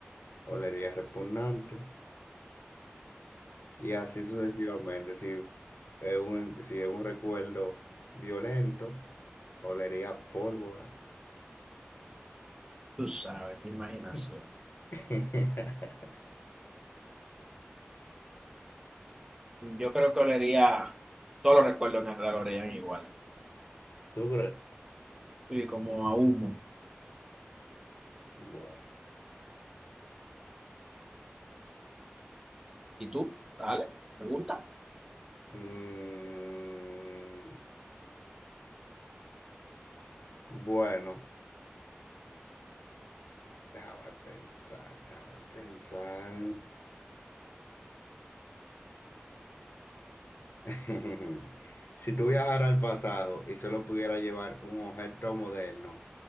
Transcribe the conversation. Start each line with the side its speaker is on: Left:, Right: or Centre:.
Left: olería repugnante. Y así sucesivamente. Si es un, si es un recuerdo violento, olería a pólvora.
Right: Tú sabes, qué imaginación.
Left: <laughs> <laughs>
Right: Yo creo que olería, todos los recuerdos en general olerían igual.
Left: ¿Tú crees?
Right: Sí, como a humo.
Left: Bueno.
Right: ¿Y tú? Dale, pregunta.
Left: Mm, bueno, déjame pensar, déjame pensar. <laughs> Si tú viajaras al pasado y solo pudieras llevar un objeto moderno,